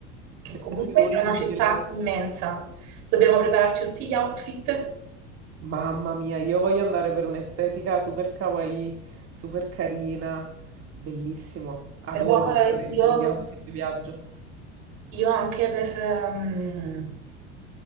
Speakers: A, on the right; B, on the right.
A: che
B: <laughs>
A: comunque
B: Seoul
A: è una
B: sì,
A: città
B: te la...
A: immensa. Dobbiamo prepararci tutti gli outfit,
B: Mamma mia, io voglio andare per un'estetica super kawaii, super carina, bellissimo. Adoro
A: però
B: preparare
A: eh, io,
B: gli outfit di viaggio.
A: io anche per, ehm,